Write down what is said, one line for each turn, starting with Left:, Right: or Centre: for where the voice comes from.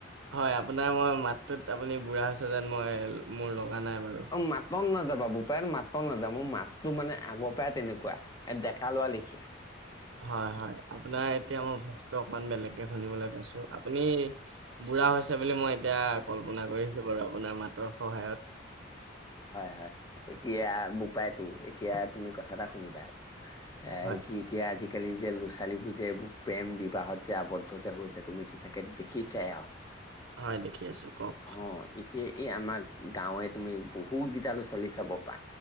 Right: হয় আপোনাৰ মই মাতটোত আপুনি বুঢ়া হৈছে যেন মই মোৰ লগা নাই বাৰু।
Left: অ মাতত নাযাবা বোপাই মাতত নাযা মোৰ মাততো মানে আগৰ পৰাই তেনেকুৱা এ ডেকা লোৱা লিখি <inaudible>
Right: হয়, হয়, আপোনাৰ এতিয়া মই বস্তুটো অকমান বেলেগকে শুনিবলৈ পাইছো, আপুনি বুঢ়া হৈছে বুলি মই এতিয়া কল্পনা কৰিছো বাৰু আপোনাৰ মাতৰ সহায়ত।
Left: হয়, হয়, এতিয়া বোপাইতো এতিয়া তুমি কথা এটা শুনিবা <inaudible>
Right: হয়
Left: এতিয়া আজিকালি যে ল'ৰা-ছোৱালীবোৰ যে এইবোৰ প্ৰেম বিবাহত যে আৱদ্ধত হৈছে তুমিতো চাগে দেখি চাই।
Right: হয় দেখি আছো কওক
Left: হ এতিয়া এই আমাক গাঁৱে তুমি বহুত গেইটা চলি চাব পা